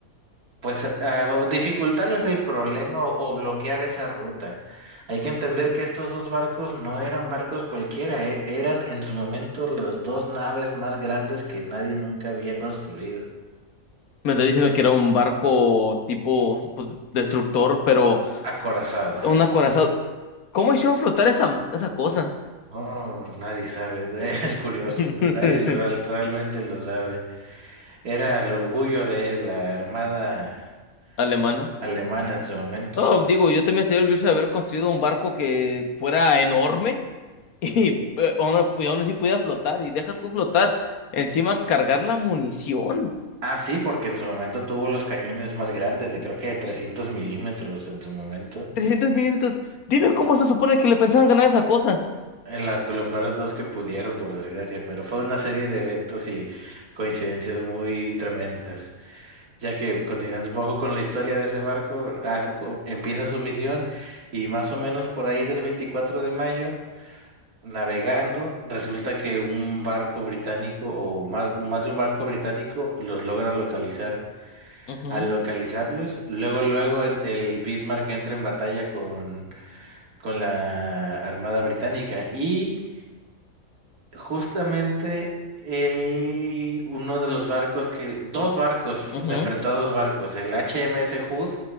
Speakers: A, on the right; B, on the left.
A: pues, ah, dificultarles el problema o, o bloquear esa ruta. Hay que entender que estos dos barcos no eran barcos cualquiera, e- eran en su momento las dos naves más grandes que nadie nunca había construido.
B: Me está diciendo que era un barco tipo, pues, destructor, pero
A: Acorazado.
B: un acorazado. ¿Cómo hicieron flotar esa, esa cosa?
A: No, nadie sabe, <laughs> es curioso,
B: <laughs>
A: pero nadie real- realmente lo sabe. Era el orgullo de la armada
B: Alemana.
A: alemana en su momento.
B: No, digo, yo también estoy orgulloso de haber construido un barco que fuera enorme <laughs> y eh, aún, y aún así pudiera flotar. Y deja tú flotar. Encima, cargar la munición.
A: Ah, sí, porque en su momento tuvo los cañones más grandes, de creo que de 300 milímetros en su momento.
B: trescientos milímetros. Dime cómo se supone que le pensaban ganar esa cosa.
A: En la, lo peor de todo es que pudieron, por desgracia, pero fue una serie de eventos y coincidencias muy tremendas. Ya que, continuando un poco con la historia de ese barco, hace- co- empieza su misión y más o menos por ahí del 24 de mayo. Navegando, resulta que un barco británico o más, más de un barco británico los logra localizar.
B: Ujú,
A: Al localizarlos, luego, luego en- el Bismarck entra en batalla con, con la Armada Británica y justamente el, uno de los barcos que, dos barcos,
B: ujú,
A: se enfrentó a dos barcos, el H M S Hood